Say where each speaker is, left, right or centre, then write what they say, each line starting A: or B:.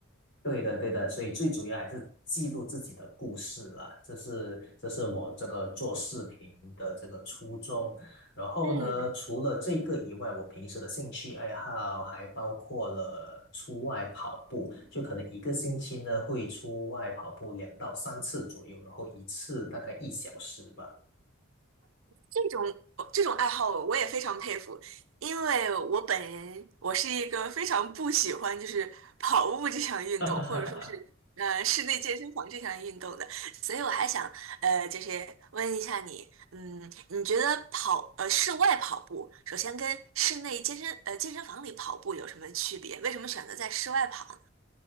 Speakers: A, on the left (about 60°); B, on the right (about 80°).
A: 对的，对的，所以最主要还是记录自己的故事啦，这是这是我这个做视频的这个初衷。然后呢，
B: 嗯，
A: 除了这个以外，我平时的兴趣爱好还包括了出外跑步，就可能一个星期呢会出外跑步两到三次左右，然后一次大概一小时吧。
B: 这种这种爱好我也非常佩服，因为我本人我是一个非常不喜欢就是跑步这项运动，
A: <laughs>
B: 或者说是呃室内健身房这项运动的，所以我还想呃就是问一下你，嗯，你觉得跑呃室外跑步，首先跟室内健身呃健身房里跑步有什么区别？为什么选择在室外跑呢？